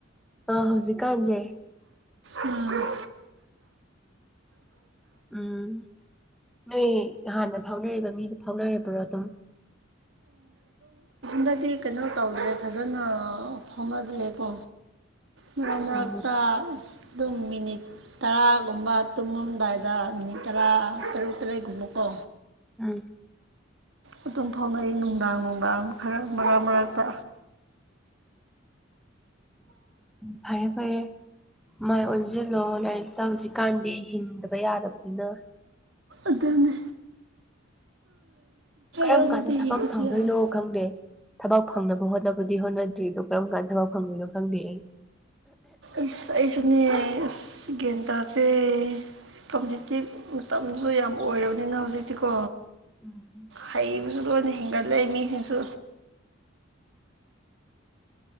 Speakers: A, in the centre; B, on the right.
A: ꯑ ꯍꯧꯖꯤꯛꯀꯥꯟꯁꯦ꯫
B: ꯎꯝ꯫
A: ꯎꯝ ꯅꯣꯏ ꯍꯥꯟꯅ ꯐꯥꯎꯅꯔꯤꯕ ꯃꯤꯗꯨ ꯐꯥꯎꯅꯔꯤꯕ꯭ꯔꯣ ꯑꯗꯨꯝ꯫
B: ꯐꯥꯎꯅꯗꯦ ꯀꯩꯅꯣ ꯇꯧꯗ꯭ꯔꯦ ꯐꯖꯅ ꯐꯥꯎꯅꯗ꯭ꯔꯦꯀꯣ꯫ ꯃꯔꯛ ꯃꯔꯛꯇ
A: ꯑꯣ
B: ꯑꯗꯨꯝ ꯃꯤꯅꯤꯠ꯫ ꯇꯔꯥꯒꯨꯝꯕ ꯇꯨꯡꯉꯝꯗꯥꯏꯗ ꯃꯤꯅꯤꯠ ꯇꯔꯥ ꯇꯔꯨꯛ ꯇꯔꯦꯠꯀꯨꯝꯕꯀꯣ꯫
A: ꯎꯝ꯫꯫
B: ꯑꯗꯨꯝ ꯐꯥꯎꯅꯩ ꯅꯨꯡꯗꯥꯡ ꯅꯨꯡꯗꯥꯡ ꯈꯔ ꯃꯔꯛ ꯃꯔꯛꯇ꯫
A: ꯐꯔꯦ ꯐꯔꯦ ꯃꯥꯏ ꯑꯣꯟꯁꯤꯜꯂꯣ ꯂꯔꯤꯛꯇ ꯍꯧꯖꯤꯛꯀꯥꯟꯗꯤ ꯍꯤꯡꯗꯕ ꯌꯥꯗꯕꯅꯤꯅ
B: ꯑꯗꯨꯅꯦ
A: ꯀꯔꯝ
B: ꯌꯥꯎꯗ꯭ꯔꯗꯤ
A: ꯀꯥꯟꯗ ꯊꯕꯛ
B: ꯍꯤꯡꯕꯁꯨ
A: ꯐꯪꯗꯣꯏꯅꯣ
B: ꯌꯥꯔꯣꯏ
A: ꯈꯪꯗꯦ ꯊꯕꯛ ꯐꯪꯅꯕ ꯍꯣꯠꯅꯕꯗꯤ ꯍꯣꯠꯅꯗ꯭ꯔꯤꯗꯣ ꯀꯔꯝ ꯀꯥꯟꯗ ꯊꯕꯛ ꯐꯪꯗꯣꯏꯅꯣ ꯈꯪꯗꯦ ꯑꯩ
B: ꯏꯁꯅꯤ ꯀꯦꯟꯗꯥ ꯐ ꯀꯝꯖꯤꯇꯤ ꯃꯇꯝꯁꯨ ꯌꯥꯝ ꯑꯣꯏꯔꯕꯅꯤꯅ ꯍꯧꯖꯤꯛꯇꯤꯀꯣ
A: ꯎꯝ
B: ꯍꯩꯕꯁꯨ ꯂꯣꯏꯅ ꯍꯦꯟꯒꯠꯂ ꯃꯤꯁꯤꯡꯁꯨ